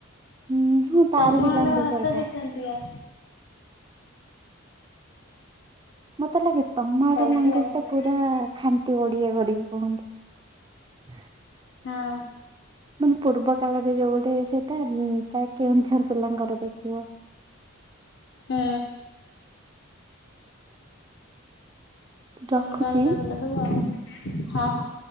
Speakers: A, on the right; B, on the left.
A: ହୁଁ ହଁ ତାର
B: ତମ
A: ବି
B: ଆଡେ
A: ଲାଙ୍ଗୁଏଜ
B: ହସ
A: ଅଲଗା।
B: ବି ସେମନ୍ତିଆ।
A: ମତେ ଲାଗେ ତମ
B: ସବୁ
A: ଆଡର ଲାଙ୍ଗୁଏଜଟା
B: ଅଲଗା
A: ପୁରା
B: ଅଲଗା
A: ଖାନ୍ ଣ୍ଟି ଓଡ଼ିଆ କରିକି କୁହନ୍ତି।
B: ହଁ।
A: ମାନେ ପୂର୍ବ କାଳରେ ଯୋଉ ଗୋଟେ ସେଇଟା ପ୍ରାୟ କେଉଁଝର ପିଲାଙ୍କର ଦେଖିବ।
B: ହଁ।
A: ରଖୁଛି।
B: ଅଲଗା ଅଲଗା <unintelligible> ହବ ହଁ ହଁ।